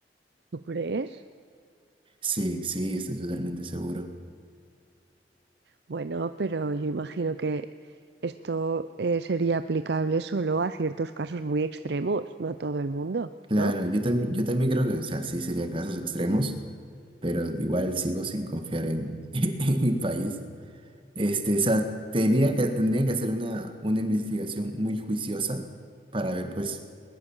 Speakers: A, on the right (about 70°); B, on the right (about 30°).
A: ¿Tú crees?
B: Sí, sí, estoy totalmente seguro.
A: Bueno, pero yo imagino que esto eh, sería aplicable solo a ciertos casos muy extremos, no a todo el mundo,
B: Claro,
A: ¿no?
B: yo también, yo también creo que, o sea, sí sería casos extremos, pero igual sigo sin confiar en, <laughs> en mi país. Este, o sea, tenía que, tendrían que hacer una, una investigación muy juiciosa para ver, pues,